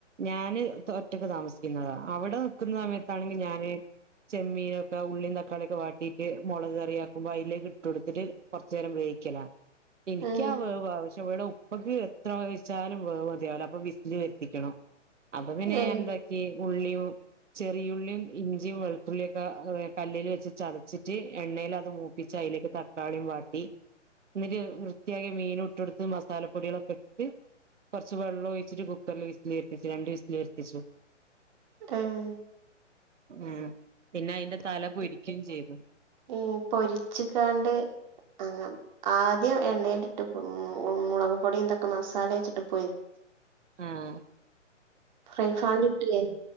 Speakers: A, on the right; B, on the right.
A: ഞാന് തൊ ഒറ്റക്ക് താമസിക്കുന്നതാ അവടെ വെക് ക്കുന്ന സമയത്താണെങ്കി ഞാൻ ചെമ്മീനൊക്കെ ഉള്ളിം തക്കാളിയൊക്കെ വാട്ടിറ്റ് മൊളക് കറിയാക്കുമ്പോ അയിലേക്ക് ഇട്ടൊട്ത്തിട്ട് കൊർച്ചെരം വേയിക്കലാ എനിക്ക്യാ
B: ഉം
A: വേവ് ആവ ക്ഷേ ഇവടെ ഉപ്പക്ക് എത്ര വേവിച്ചാലും വേവ് മതിയാവുലാ അപ്പം വിസ്ൽ വെര്ത്തിക്കണം അപ്പൊ പിന്നെ
B: ഏഹ്
A: ഞാൻന്താക്കീ ഉള്ളിയു ചെറിയുള്ളീം ഇഞ്ചിയും വെളുത്തുള്ളിയൊക്ക വേ കല്ലേല് വെച്ച് ചതച്ചിട്ട് എണ്ണേലത് മൂപ്പിച്ചയിലേക്ക് തക് ക്കാളിയും വാട്ടി എന്നിട്ട് വൃത്തിയാക്കിയ മീനൂട്ടൊടുത്ത് മസാലപ്പൊടികളൊക്കിട്ട് കൊറച്ച് വെള്ളോഴിച്ചിട്ട് കുക്കറില് വിസ്ൽ വര്ത്തിച്ച് രണ്ട് വിസില് വര്ത്തിച്ചു
B: ആഹ്
A: ഏ പിന്നയിന്റെ തല പൊരിക്കും ചെയ്തു
B: ഓ പൊരിച്ച് കാണ്ട് ആഹ് ആദ് ദ്യം എണ്ണേലിട്ട് പൊ മു മുളക് പൊടീന്തൊക്കെ മസാലേച്ചിട്ട് പൊരി
A: ആഹ്
B: ഫ്രൈ ഫ കിട്ടേ